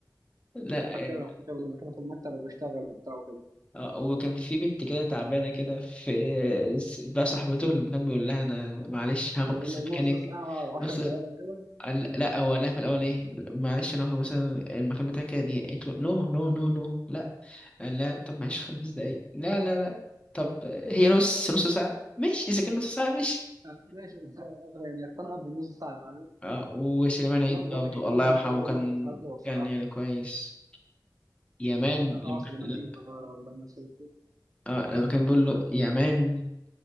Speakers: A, on the left; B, on the right.
A: لا
B: فاكرها
A: آه،
B: فاكر لما كانوا في المكتب وبيشتغل وبتاع وكده
A: آه، وكان في بنت كده تعبانة كده في بقى صاحبته اللي كان بيقول لها أنا معلش هاخد
B: لو
A: بس مكانك
B: نص ساعه و10
A: نص
B: دقائق كده
A: قال- لا هو قال لها في الأول إيه معلش أنا هاخد مثلا المكان بتاعك كده دي قالت له نو نو نو نو لا قال لا طب معلش خمس دقايق لا لا لا طب هي نص نص ساعة ماشي إذا كان نص ساعة ماشي
B: آه، ماشي <laughs> يعني اقتنع بالنص صعب أنا
A: اه وسليمان عيد
B: لما بقول
A: برضه
B: لك الفيلم
A: الله يرحمه
B: في اوله
A: كان
B: كان حلو بصراحه
A: كان يعني كويس يا مان
B: لا اه سليمان
A: لما
B: عيد آه، الله يمسيه
A: اه لما كان بيقول له يا مان